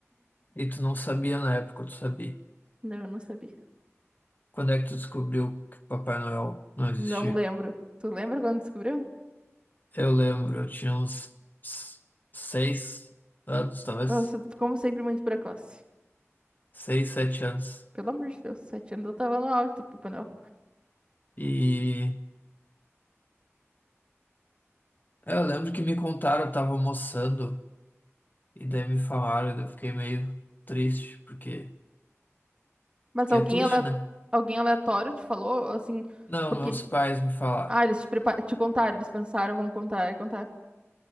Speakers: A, on the left (about 40°); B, on the right (about 20°).
A: E tu não sabia na época, tu sabia.
B: Não, eu não sabia.
A: Quando é que tu descobriu que Papai Noel não existia?
B: Não lembro. Tu lembra quando descobriu?
A: Eu lembro, eu tinha uns s- seis anos, talvez.
B: Nossa, tu- como sempre, muito precoce.
A: Seis, sete anos.
B: Pelo amor de Deus, sete anos eu tava no auge do Papai Noel.
A: E é, eu lembro que me contaram, eu tava almoçando, e daí me falaram, e eu fiquei meio triste, porque,
B: Mas
A: porque
B: alguém,
A: é triste,
B: ale...
A: né?
B: alguém aleatório te falou, assim,
A: Não,
B: porque
A: meus pais me falaram.
B: Ah, eles te, prepa- te contaram, eles pensaram, vamos contar, e contar.